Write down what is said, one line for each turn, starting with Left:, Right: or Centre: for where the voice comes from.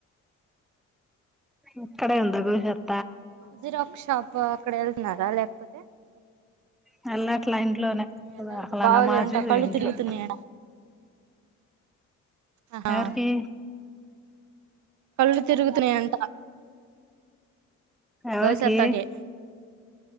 Centre: ఇక్కడ ఉందీవిహర్
Right: జిరాక్ షాప్ అక్కడ ఎళ్తున్నారా లేకపోతే
Centre: వెళ్ళట్లే ఇంట్లోనే
Right: వెళ్ళలేదు
Centre: అలానమాజు
Right: బాగోలేదంట కళ్ళు
Centre: ఇంట్లో
Right: తిరుగుతున్నాయంట ఆహా
Centre: ఎవరికి
Right: కళ్ళు తిరుగుతున్నాయంట
Centre: ఎవరికి
Right: గౌసత్తాకి